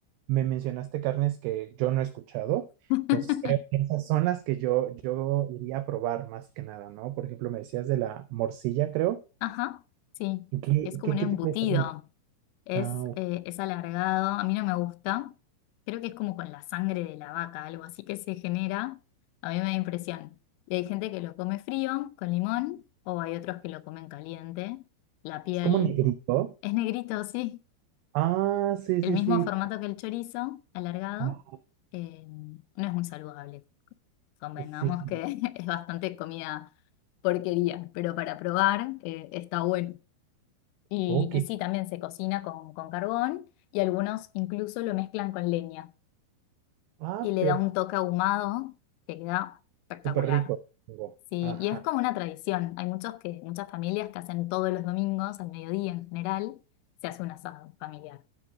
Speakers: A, on the right; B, on the left.
A: me mencionaste carnes que yo no he escuchado,
B: <laughs>
A: entonces creo que esas son las que yo, yo iría a probar más que nada, ¿no? Por ejemplo, me decías de la morcilla, creo.
B: Ajá, sí.
A: ¿Qué,
B: Es como
A: qué,
B: un
A: qué
B: embutido.
A: tipo de carne?
B: Es,
A: Ah, ok.
B: eh, es alargado. A mí no me gusta. Creo que es como con la sangre de la vaca, algo así que se genera. A mí me da impresión. Y hay gente que lo come frío, con limón, o hay otros que lo comen caliente. La piel
A: es como negrito.
B: es negrito, sí.
A: Ah, sí,
B: El
A: sí,
B: mismo
A: sí.
B: formato que el chorizo, alargado,
A: Ah,
B: eh, no es muy saludable. Convengamos
A: sí, sí.
B: que <laughs> es bastante comida porquería, pero para probar eh, está bueno. Y,
A: Ok.
B: y sí, también se cocina con, con carbón y algunos incluso lo mezclan con leña
A: Ah,
B: y le
A: perfecto.
B: da un toque ahumado que queda espectacular.
A: Súper rico. supongo.
B: Sí,
A: Ajá.
B: y es como una tradición. Hay muchos que, muchas familias que hacen todos los domingos, al mediodía en general, se hace un asado familiar.